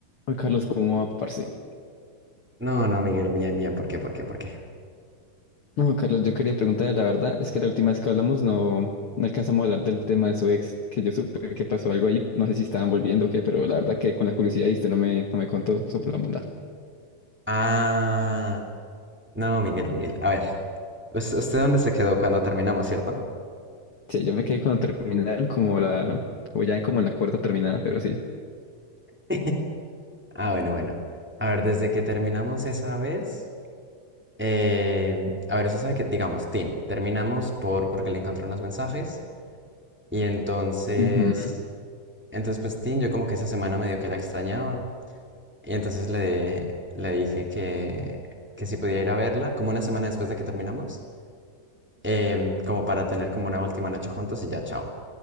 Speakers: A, on the left (about 55°); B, in the centre.
A: Ay, Carlos, ¿cómo va, parce?
B: No, no, Miguel, bien, bien. ¿Por qué? ¿Por qué? ¿Por qué?
A: No, Carlos, yo quería preguntar, la verdad, es que la última vez que hablamos no, no alcanzamos a hablar del tema de su ex, que yo supe que pasó algo ahí, no sé si estaban volviendo o qué, pero la verdad que con la curiosidad y usted no me, no me contó sobre la mundad.
B: Ah, no, Miguel, Miguel. A ver, ¿us- ¿usted dónde se quedó cuando terminamos, cierto?
A: Sí, yo me quedé cuando terminaron como la, como ya como en la cuarta terminada, pero sí.
B: <laughs> Ah, bueno, bueno. A ver, desde que terminamos esa vez, eh, a ver, usted sabe que, digamos, Tin, terminamos por porque le encontré unos mensajes y entonces,
A: Ujú.
B: entonces pues Tin, yo como que esa semana medio que la extrañaba y entonces le, le dije que, que si podía ir a verla, como una semana después de que terminamos, em, como para tener como una última noche juntos y ya, chao.